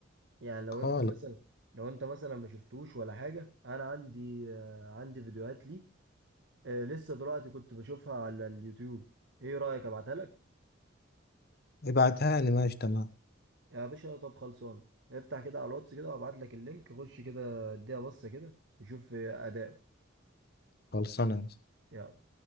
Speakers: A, on the right; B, on the left.
A: يعني لو
B: خالص
A: انت مثلا لو انت مثلا ما شفتوش ولا حاجة انا عندي آه، عندي فيديوهات ليه آه، لسه دلوقتي كنت بشوفها على اليوتيوب ايه رأيك ابعتها لك
B: ابعتها لي ماشي تمام
A: يا باشا طب خلصان افتح كده على الواتس كده وابعت لك اللينك خش كده اديها بصة كده وشوف اداؤه
B: خلصانه
A: يلا